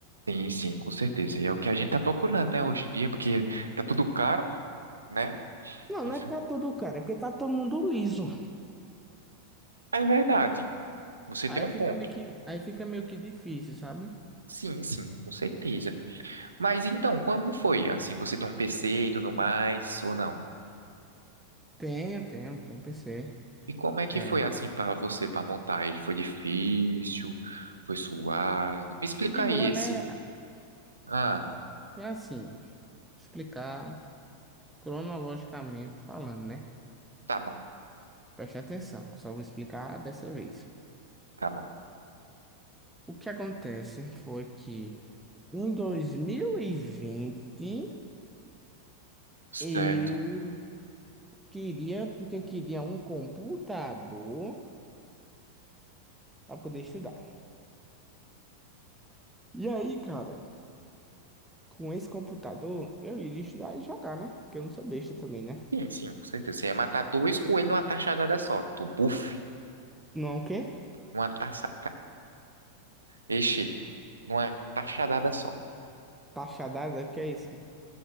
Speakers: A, on the right; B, in the centre.
A: Sim, sim, com certeza. E é o que a gente tá procurando, né, hoje em dia, porque tá tudo caro, né?
B: Não,
A: Enfim.
B: não é que tá tudo caro, é porque tá todo mundo liso.
A: É verdade, você
B: Aí
A: tem um
B: fica
A: ponto.
B: meio que, aí fica meio que difícil, sabe?
A: Sim, sim, com certeza. Mas então, como foi? Assim, você tem um PC e tudo mais, ou não?
B: Tenho, tenho, tenho um PC.
A: E como é que
B: É,
A: foi, assim, para você, para montar ele? Foi difícil? Foi suado? Me explica
B: de boa,
A: aí esse.
B: né?
A: Ah,
B: É assim, explicar cronologicamente falando, né?
A: tá bom,
B: Preste atenção, só vou explicar dessa vez.
A: tá bom.
B: O que acontece foi que em 2020
A: Certo.
B: eu Queria, porque queria um computador para poder estudar. E aí, cara, com esse computador, eu iria estudar e jogar, né? Porque eu não sou besta também, né?
A: Sim, sim, com certeza. Você ia matar dois coelhos numa taxadada só. Tu, buf,
B: Não é o quê?
A: uma taça. Ixi, numa taxadada só.
B: Cajadada, que é isso?